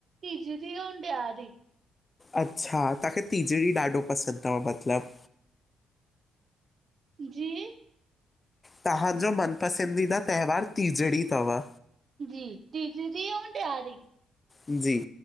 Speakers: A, on the right; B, on the left.
A: तीॼरी अउं ॾियारी।
B: अच्छा तांखे तिजड़ी ॾाढो पसंद तव मतलब।
A: जी?
B: तव्हांजो मनपसंदीदा त्योहार टीजड़ी तव।
A: ॼी टिॼड़ी अउं ॾियारी।
B: ॼी